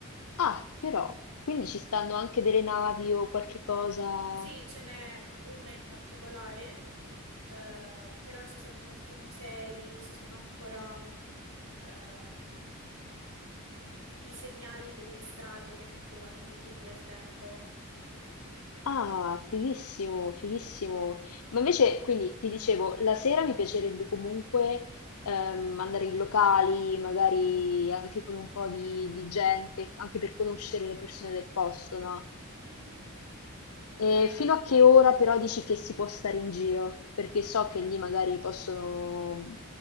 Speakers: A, on the left; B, on the right.
A: Ah, però, quindi ci stanno anche delle navi o qualche cosa.
B: Sì, ce n'è una in particolare, eh, però ci sono molti musei, ci sono ancora ehm, i segnali delle strade che mettevano i vichinghi al tempo.
A: Ah, fighissimo, fighissimo. Ma invece, quindi ti dicevo, la sera mi piacerebbe comunque ehm, andare in locali, magari anche con un po' di, di gente, anche per conoscere le persone del posto, no?
B: Mm,
A: E
B: eh,
A: fino a che ora però dici che si può stare in giro? Perché so che lì magari possono,